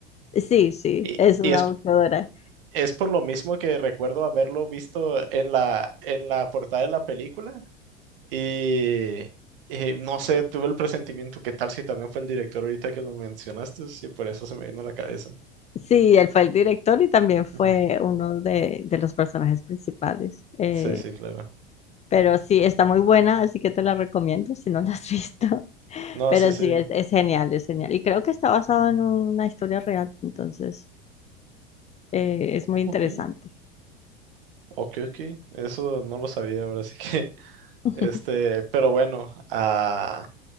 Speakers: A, on the left; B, on the right.
A: Sí, sí,
B: Y,
A: es una
B: y es,
A: boxeadora.
B: es por lo mismo que recuerdo haberlo visto en la, en la portada de la película. Y, y no sé, tuve el presentimiento, ¿qué tal si también fue el director ahorita que lo mencionaste? Sí, por eso se me vino a la cabeza.
A: Sí, él fue el director y también fue
B: Ujú.
A: uno de, de los personajes principales. Eh,
B: Sí, sí, claro.
A: pero sí, está muy buena, así que te la recomiendo si no la has visto. <laughs>
B: No,
A: Pero
B: sí, sí.
A: sí, es, es genial, es genial. Y creo que está basado en una historia real, entonces eh, es muy interesante.
B: Ok, ok, ok. Eso no lo sabía ahora, sí que. <laughs>
A: <laughs>
B: Este, pero bueno, ah,